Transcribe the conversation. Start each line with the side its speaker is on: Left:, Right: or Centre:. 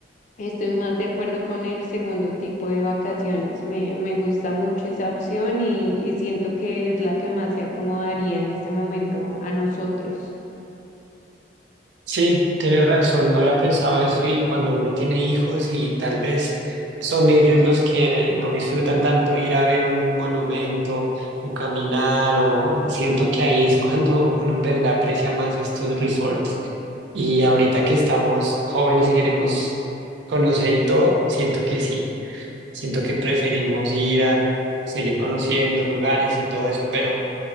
Left: Estoy más de acuerdo con el segundo tipo de vacaciones. Me, me gusta mucho esa opción y, y siento que es la que más se acomodaría en este momento a nosotros.
Right: Sí, tienes razón, no había pensado eso y cuando uno tiene hijos y tal vez son ellos los que no disfrutan tanto ir a ver un monumento o caminar o siento que ahí es cuando uno en verdad aprecia más estos resorts y ahorita que estamos jóvenes y queremos conocer y todo, siento que sí, siento que preferimos ir a seguir conociendo lugares y todo eso, pero...